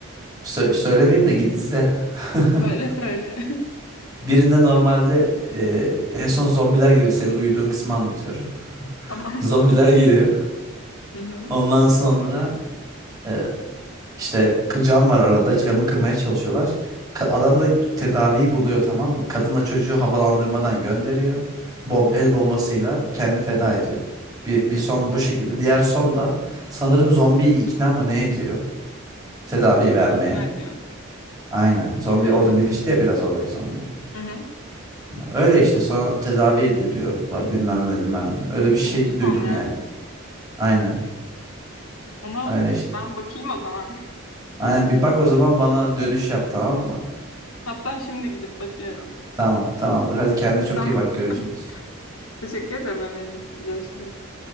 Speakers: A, on the right; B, on the left.
A: Sö- söylemeyeyim de git izle. <laughs>
B: Söyle söyle.
A: Birinde normalde e, en son zombiler geliyor. Senin uyuduğun kısmı anlatıyorum. <laughs>
B: <laughs> Tamam.
A: Zombiler geliyor.
B: Hı hı.
A: Ondan sonra e, İşte k- cam var arada camı kırmaya çalışıyorlar. Ka- Adam da tedaviyi buluyor tamam mı? Kadınla çocuğu
B: Hı hı.
A: havalandırmadan gönderiyor. Bom el
B: hı hı.
A: bombasıyla kendini feda ediyor. Bir, bir son bu şekilde. Diğer son da sanırım zombiyi ikna mı ne ediyor? Tedaviyi
B: Zombiyi
A: vermeye.
B: ikna ediyor.
A: Aynen. Zombi
B: Ee?
A: orada bilinçli ya biraz oradaki zombiler.
B: Hı hı.
A: Öyle işte sonra tedavi ediliyorlar bilmem ne bilmem ne. Öyle bir şey
B: Mutlu son
A: duydum
B: yani.
A: yani. Aynen.
B: Ona
A: Öyle işte.
B: ben bakayım o zaman. <laughs>
A: Aynen bir bak o zaman bana dönüş yap tamam mı?
B: Hatta şimdi gidip bakıyorum.
A: Tamam, tamamdır. Hadi kendine çok
B: Tamam.
A: iyi bak. Görüşürüz.
B: <laughs> Teşekkür ederim önerin için. Görüşürüz.